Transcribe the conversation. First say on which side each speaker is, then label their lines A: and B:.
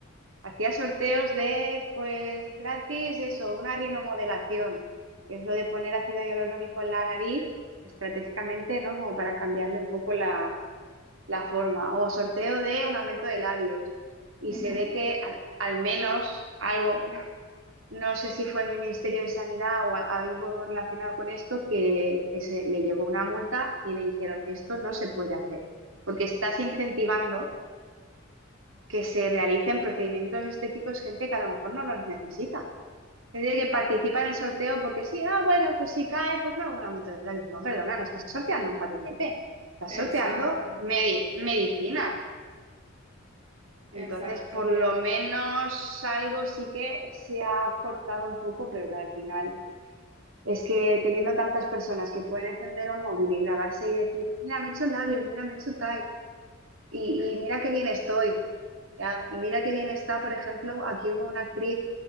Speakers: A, on the right (about 75°); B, on the right (about 30°).
A: hacía sorteos de, pues gratis, eso, una rinomodelación, que es lo de poner ácido hialurónico en la nariz estratégicamente, ¿no? Como para cambiarle un poco la la forma, o sorteo de un aumento de labios. Y
B: Ujú.
A: se ve que al, al menos algo, no sé si fue el Ministerio de Sanidad o a- algo relacionado con esto, que, que se, le llegó una multa y le dijeron, esto no se puede hacer, porque estás incentivando que se realicen procedimientos estéticos gente que a lo mejor no los necesita. Es decir, que participa en el sorteo porque sí, ah, bueno, pues si cae, pues me hago un aumento de labios. No, perdona, no estás sorteando un patinete, estás sorteando
B: Exacto,
A: medi- medicina. Entonces,
B: exactamente.
A: por lo menos algo sí que se ha cortado un poco, pero que al final es que teniendo tantas personas que pueden encender un móvil y grabarse y decir, mira, me he hecho labios, mira, me he hecho tal, y, y mira qué bien estoy, ya, y mira qué bien está, por ejemplo, aquí hubo una actriz,